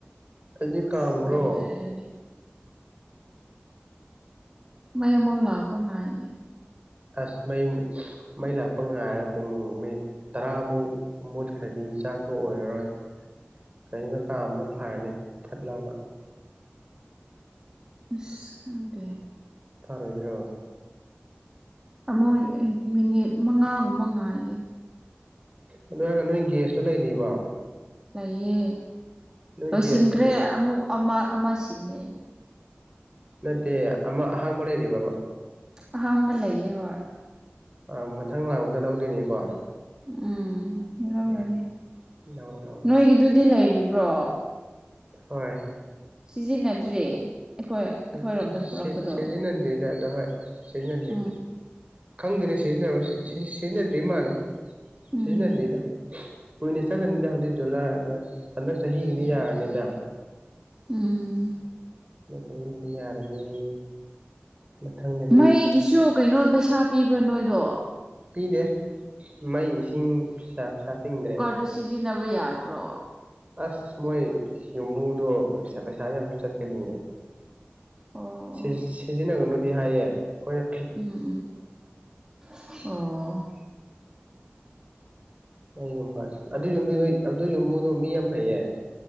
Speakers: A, on the right; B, on the right.
A: ꯑꯩꯗꯤ
B: ꯑꯁ
A: ꯀꯥꯝꯒ꯭ꯔꯣ
B: ꯂꯣꯏꯔꯅꯤ ꯃꯩ ꯑꯃꯨꯛ ꯂꯥꯛꯄ ꯉꯥꯏꯒꯦ
A: ꯑꯁ ꯃꯩ ꯃꯩ ꯂꯥꯛꯄ ꯉꯥꯏꯔꯒ ꯄꯨꯡ ꯃꯤ ꯇꯔꯥꯃꯨꯛ ꯃꯨꯠꯈ꯭ꯔꯗꯤ ꯆꯥꯛꯇꯣ ꯑꯣꯏꯔꯔꯣꯏ ꯀꯩꯅꯣ ꯀꯥꯝꯕꯅ ꯐꯥꯔꯅꯤ ꯐꯠ ꯂꯥꯎꯅ
B: ꯏꯁ ꯈꯪꯗꯦ
A: ꯐꯔꯣꯏꯗ꯭ꯔꯣ
B: ꯑꯃꯨꯛ ꯑꯦ ꯃꯤꯅꯤꯠ ꯃꯉꯥꯒꯨꯝꯕ ꯉꯥꯏꯒꯦ
A: ꯑꯗꯨ ꯍꯥꯏꯔꯒ ꯅꯣꯏ ꯒꯦꯁꯇꯣ ꯂꯩꯔꯤꯕꯣ
B: ꯂꯩꯌꯦ
A: ꯅꯣꯏ
B: ꯂꯣꯏꯁꯤꯟꯈ꯭ꯔꯦ
A: ꯒ꯭ꯌꯥꯁ
B: ꯑꯃꯨꯛ ꯑꯃ ꯑꯃ ꯁꯤꯜꯂꯦ
A: ꯅꯠꯇꯦ ꯑꯃ ꯑꯍꯥꯡꯕ ꯂꯩꯔꯤꯕ꯭ꯔꯥꯕꯥ
B: ꯑꯍꯥꯡꯕ ꯂꯩꯌꯦ ꯍꯣꯏ
A: ꯑꯥ ꯃꯊꯪ ꯂꯥꯎꯗ ꯂꯧꯗꯣꯏꯅꯦꯀꯣ
B: ꯎꯝ ꯂꯧꯔꯒꯦ
A: ꯎꯝ ꯂꯧꯔꯣ ꯂꯧꯔꯣ
B: ꯅꯣꯏꯒꯤꯗꯨꯗꯤ ꯂꯩꯔꯤꯕ꯭ꯔꯣ
A: ꯍꯣꯏ
B: ꯁꯤꯖꯤꯟꯅꯗ꯭ꯔꯤ ꯑꯩꯈꯣꯏ ꯑꯩꯈꯣꯏꯔꯣꯝꯗ
A: ꯁꯤ ꯁꯤ
B: ꯄꯨꯔꯛꯄꯗꯣ
A: ꯁꯤ ꯁꯤꯖꯤꯟꯅꯗ꯭ꯔꯤꯗ ꯑꯗꯣ ꯍꯣꯏ ꯁꯤꯖꯤꯟꯅꯗ꯭ꯔꯤ
B: ꯎꯝ
A: ꯈꯪꯗꯦꯅ ꯁꯤꯖꯤꯟꯅꯕ꯭ꯔꯥ ꯁꯤ ꯁꯤ ꯁꯤꯖꯤꯟꯅꯗ꯭ꯔꯤ ꯃꯥꯜꯂꯦ
B: ꯎꯝ
A: ꯁꯤꯖꯤꯟꯅꯗ꯭ꯔꯤꯗꯥ ꯀꯨꯏꯅ ꯆꯠꯂꯅꯤꯗ ꯍꯧꯖꯤꯛ ꯖꯨꯂꯥꯏ ꯑꯥꯒꯁ ꯍꯟꯗꯛ ꯆꯍꯤꯒꯤꯗꯤ ꯌꯥꯔꯅꯤꯗ
B: ꯎꯝ
A: ꯂꯣꯇꯔꯤꯒꯤꯗꯤ ꯌꯥꯔꯅꯤ ꯃꯊꯪꯗ
B: ꯃꯩꯒꯤꯁꯨ ꯀꯩꯅꯣ ꯄꯩꯁꯥ ꯄꯤꯕ꯭ꯔꯥ ꯅꯣꯏꯗꯣ
A: ꯄꯤꯗꯦ ꯃꯩ ꯏꯁꯤꯡ ꯄꯩꯁꯥ ꯄꯩꯁꯥ ꯇꯤꯡꯗ꯭ꯔꯦ
B: ꯑꯗꯨ ꯁꯤꯖꯤꯟꯅꯕ ꯌꯥꯗ꯭ꯔꯣ
A: ꯑꯁ ꯃꯣꯏ ꯌꯨꯝꯕꯨꯗꯣ <unintelligible> ꯄꯩꯁꯥ ꯌꯥꯝ ꯆꯠꯀꯅꯤꯌꯦ
B: ꯑꯣ
A: ꯁꯤ ꯁꯤꯖꯤꯟꯅꯒꯅꯨꯗꯤ ꯍꯥꯏꯌꯦ ꯑꯈꯣꯏ
B: <unintelligible> ꯑꯣ
A: ꯃꯩꯒꯨꯝꯕ ꯑꯗꯨ ꯌꯨꯝꯕꯨ ꯑꯗꯨ ꯌꯨꯝꯕꯨꯗꯣ ꯃꯤ ꯌꯥꯝ ꯐꯩꯌꯦ